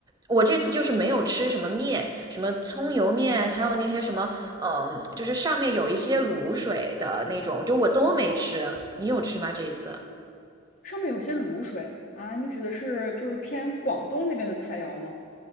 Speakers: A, on the right; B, on the left.
A: 我这次就是没有吃什么面，什么葱油面，还有那些什么，嗯，就是上面有一些卤水的那种，就我都没吃。你有吃吗？这一次？
B: 上面有些卤水啊，你指的是就是偏广东那边的菜肴吗？